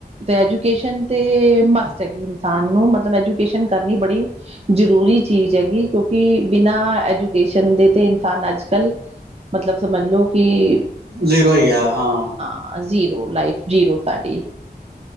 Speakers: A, on the right; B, on the right.
A: ਤੇ ਐਜੂਕੇਸ਼ਨ ਤੇ ਮਸਟ ਹੈਗੀ ਏ, ਇਨਸਾਨ ਨੂੰ ਮਤਲਬ ਐਜੂਕੇਸ਼ਨ ਕਰਨੀ ਬੜੀ ਜ਼ਰੂਰੀ ਚੀਜ਼ ਹੈਗੀ। ਕਿਉਂਕਿ ਬਿਨਾਂ ਐਜੂਕੇਸ਼ਨ ਕਹਿੰਦੇ ਕਿ ਇਨਸਾਨ ਅੱਜ ਕੱਲ, ਮਤਲਬ ਸਮਝ ਲਓ ਕਿ
B: ਜ਼ੀਰੋ ਹੀ ਆ ਹਾਂ।
A: ਹਾਂ ਜ਼ੀਰੋ ਲਾਈਫ, ਜ਼ੀਰੋ ਸਾਡੀ।